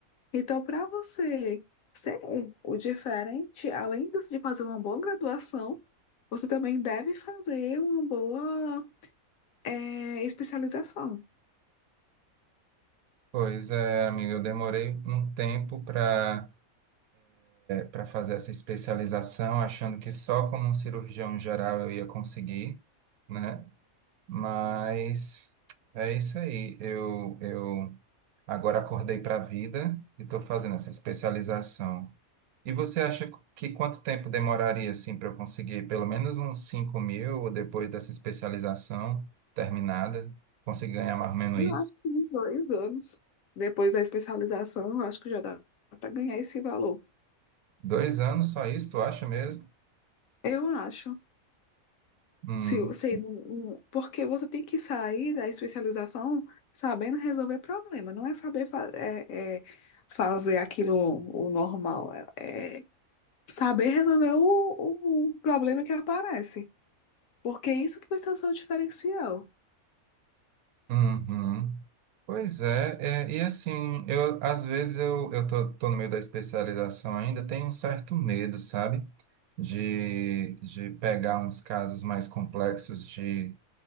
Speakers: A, on the left; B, on the right.
A: Então, para você ser o diferente, além de de fazer uma boa graduação, você também deve fazer uma boa eh, especialização.
B: Pois é, amiga, eu demorei um tempo para para fazer essa especialização, achando que só como um cirurgião geral eu ia conseguir, né? Mas é isso aí. Eu, eu agora acordei para a vida e estou fazendo essa especialização. E você acha que quanto tempo demoraria assim para eu conseguir pelo menos uns 5 mil depois dessa especialização terminada? Conseguir ganhar mais ou menos
A: Eu
B: isso?
A: acho que uns dois anos depois da especialização, eu acho que já dá para ganhar esse valor.
B: Dois anos só isso, tu acha mesmo?
A: Eu acho.
B: Hum,
A: Se você, não- não- porque você tem que sair da especialização sabendo resolver problema, não é saber fa- eh, eh, fazer aquilo o normal. é, é saber resolver o, o problema que aparece. Porque é isso que vai ser o seu diferencial.
B: Uhum. Pois é, é, e assim, eu às vezes eu, eu tô, tô no meio da especialização ainda, tenho um certo medo, sabe? De, de pegar uns casos mais complexos de,